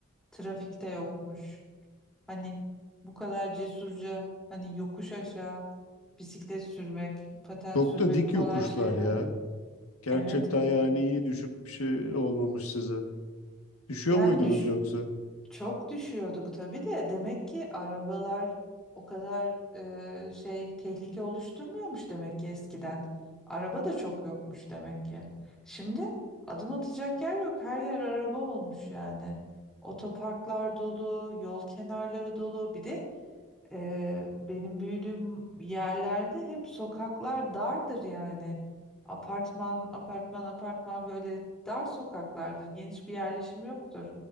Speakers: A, in the centre; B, on the left.
A: Trafikte yokmuş. Hani bu kadar cesurca hani yokuş aşağı bisiklet sürmek, paten
B: Çok
A: sürmek
B: da dik
A: kolay
B: yokuşlar
A: şeyler.
B: ya. Gerçekten
A: Evet evet.
B: yani iyi düşüp bir şey olmamış size. Düşüyor
A: Yani
B: muydunuz
A: düş
B: yoksa?
A: çok düşüyorduk tabii de demek ki arabalar o kadar e, şey tehlike oluşturmuyormuş demek ki eskiden. Araba da çok yokmuş demek ki. Şimdi adım atacak yer yok. Her yer araba olmuş yani. Otoparklar dolu, yol kenarları dolu. Bir de Ee, benim büyüdüğüm yerlerde hep sokaklar dardır yani. Apartman, apartman, apartman böyle dar sokaklardır. Geniş bir yerleşim yoktur.